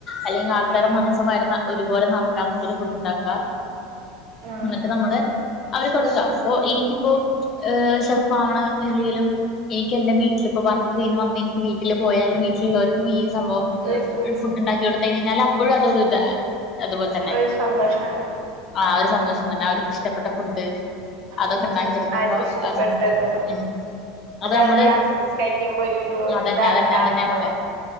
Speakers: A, on the left; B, on the right.
A: അല്ലെങ്കിൽ ആൾക്കാരടെ
B: ഉം
A: മനസ്സും വരുന്ന ഒരുപോലെ നറക്കാൻ പറ്റിയരു ഫുഡ്ണ്ടാക്കാ
B: ആഹ്
A: ന്നിട്ട് നമ്മള് അവര് കൊടുക്കാ ഇപ്പോ എനിക്കിപ്പോ ഏ ഷെഫാണ് എല്ലെങ്കിലും എനിക്ക് എന്റെ വീട്ടിലിപ്പോ വർക്ക് കഴി വന്ന് എനിക്ക് വീട്ടില് പോയാലും വീട്ടിലുള്ളവർക്കും സംഭവം
B: വീട്ടില്
A: ഫുഡ് ഉണ്ടാക്കി കൊടു കഴഞ്ഞാൽ അപ്പോഴും അതൊരു അതുപോലെ തന്നെ
B: ഒരു സന്തോഷാണ്
A: ആ ഒരു സന്തോഷം തന്നെ അവർക്ക്ിഷ്ടപ്പെട്ട ഫുഡ് അതൊക്കെ
B: ഉം
A: ഉണ്ടാക്കി എടുക്കുമ്പോ
B: അവർക്ക് ഇഷ്ടപ്പെട്ടതും
A: അ സന്തോഷം ഉം അത് നമ്മള്
B: അവര് ആസ്വദിച്ച് കഴിക്കുമ്പോ ഒരു ഒരു
A: അതന്നെ
B: ഇതാണ്
A: അതന്നെ
B: കാണുമ്പോ
A: അതെന്നെ പറയുന്നു